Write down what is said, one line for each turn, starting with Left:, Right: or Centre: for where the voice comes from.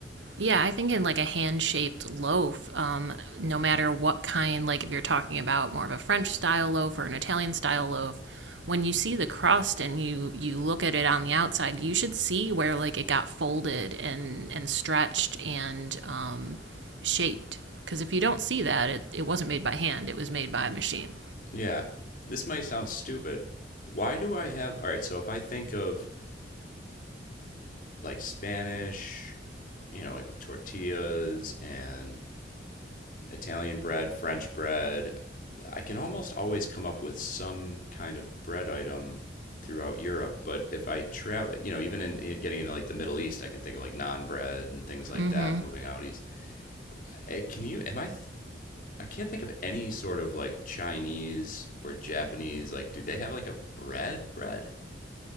Right: Yeah, I think in like a hand-shaped loaf, um, no matter what kind, like if you're talking about more of a French style loaf or an Italian style loaf, when you see the crust and you you look at it on the outside, you should see where like it got folded and and stretched and um, shaped. Because if you don't see that, it it wasn't made by hand; it was made by a machine.
Left: Yeah. This might sound stupid. Why do I have All right, so if I think of like Spanish, you know, like with tortillas and Italian bread, French bread. I can almost always come up with some kind of bread item throughout Europe. But if I travel, you know, even in, getting into like the Middle East, I can think of like non bread and things like
Right: Mm-hmm.
Left: that. Moving out east, Eh, can you? Am I? Th- I can't think of any sort of like Chinese or Japanese. Like, do they have like a bread? Bread,